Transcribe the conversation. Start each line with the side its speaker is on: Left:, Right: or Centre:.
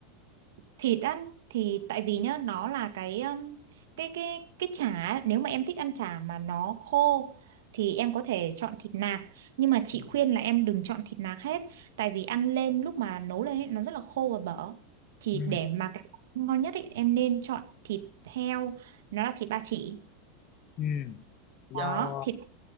Right: thịt ăn thì tại vì nhá nó là cái um, cái cái cái chả ấy, nếu mà em thích ăn chả mà nó khô thì em có thể chọn thịt nạc nhưng mà chị
Left: ừ.
Right: khuyên là em đừng chọn thịt nạc hết tại vì ăn lên lúc mà nấu lên ấy, nó rất là khô và bở thì
Left: Ừ.
Right: để mà cái ngon nhất ấy, em nên chọn thịt heo nó là thịt ba chỉ
Left: Ừ. do
Right: đó thịt